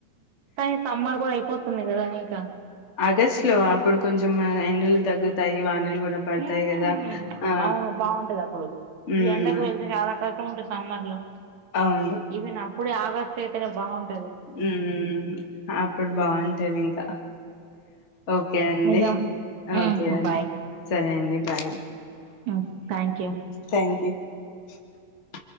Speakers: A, on the right (about 70°); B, on the left (about 55°).
A: కని సమ్మార్ కుడా ఐప్ పోతుంది కదా ఇంకా
B: ఆగస్ట్ లో అప్పుడు కొంచెం మల్ ఎండలు తగ్గుతాయి వానలు గూడా పడతాయి
A: మ్మ్
B: గదా! ఆ!
A: అవును బావుంటదప్పుడు
B: హ్మ్.
A: ఈ ఎండకు వెళ్తే చాలా కష్టం ఉంటది సమ్మర్ లో
B: అవును.
A: ఈవిన్ అప్పుడే ఆగస్ పెడితేనే బాగుం
B: మ్మ్ హ్మ్ అప్పుడు బావుంటది ఇంక ఒకే అండి
A: నిజం. హ్మ్.
B: ఒకే అండి
A: బాయ్.
B: సరే అండి బాయ్
A: హ్మ్. Thank you.
B: థ్యాంక్ యూ కి